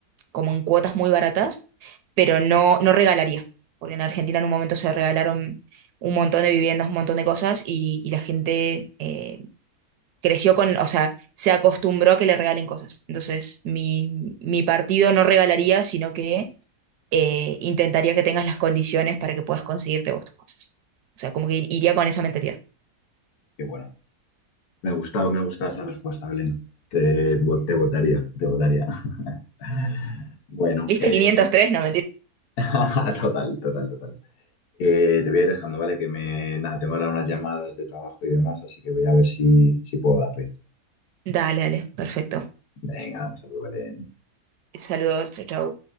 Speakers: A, on the right (about 80°); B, on the left (about 75°).
A: como en cuotas muy baratas, pero no, no regalaría, porque en Argentina en un momento se regalaron un montón de viviendas, un montón de cosas, y, y la gente eh, creció con, o sea, se acostumbró a que le regalen cosas. Entonces, mi, mi partido no regalaría, sino que eh, intentaría que tengas las condiciones para que puedas conseguirte vos tus cosas. O sea, como que iría con esa mentalidad.
B: Que bueno, me ha gustado, me ha gustado esa respuesta, Belén. Te, vo- te votaría, te votaría. <laughs> Bueno,
A: Lista
B: eh,
A: <laughs> quinientos tres no,
B: <laughs> total, total, total. Eh, te voy a ir dejando, ¿vale? Que me, nada, tengo ahora unas llamadas de trabajo y demás, así que voy a ver si, si puedo darle.
A: Dale, dale, perfecto.
B: Venga, vamos a probar en
A: Saludos, chao, chao.